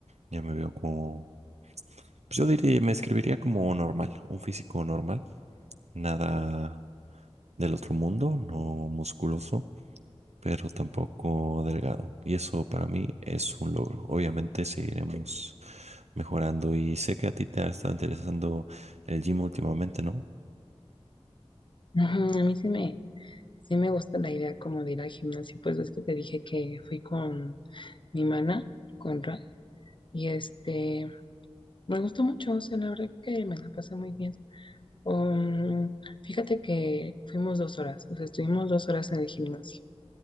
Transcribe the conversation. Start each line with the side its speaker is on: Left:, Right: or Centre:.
Right: Ya me veo como, pues yo diría, me escribiría como normal, un físico normal, nada del otro mundo, no musculoso pero tampoco delgado. Y eso para mí es un logro. Obviamente seguiremos mejorando y sé que a ti te ha estado interesando el gym últimamente, ¿no?
Left: Ajá, a mí sí me, sí me gusta la idea como de ir al gimnasio, pues ves que te dije que fui con mi mana, con Ra, y este, me gustó mucho, o sea, la verdad que me la pasé muy bien. Um, fíjate que fuimos dos horas, o sea, estuvimos dos horas en el gimnasio.